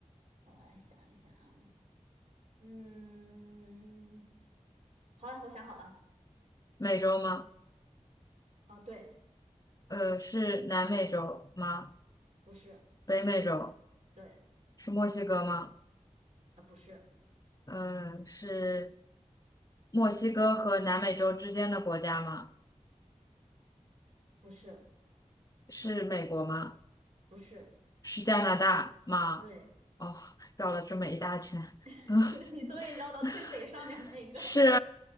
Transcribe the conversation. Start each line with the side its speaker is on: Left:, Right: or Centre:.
Right: 让我来想一想啊。嗯，好了，我想好了。
Left: 美洲吗？
Right: 哦，对，
Left: 呃，是南美洲吗？
Right: 不是，
Left: 北美洲
Right: 对，
Left: 是墨西哥吗？
Right: 啊，不是，
Left: 呃，是墨西哥和南美洲之间的国家吗？
Right: 不是，
Left: 是美国吗？
Right: 不是，
Left: 是加拿大吗？
Right: 对，
Left: 哦，绕了这么一大圈。
Right: <laughs>
Left: 嗯，
Right: 你终于绕到最北上面那一个了。
Left: <laughs> 是